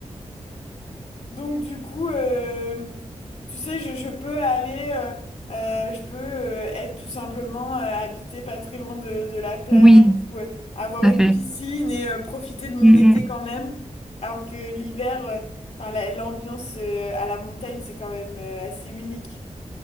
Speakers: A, on the left; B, in the centre.
A: Donc, du coup, euh, tu sais, je, je peux aller, euh, euh, je peux euh, être tout simplement euh, habité pas très loin de, de la plage
B: Oui,
A: ou euh, avoir
B: tout
A: une
B: à fait.
A: piscine et euh, profiter de mon
B: Mm,
A: été
B: mm.
A: quand même. Alors que l'hiver, euh, enfin, la- l'ambiance euh, à la montagne, c'est quand même euh, assez unique.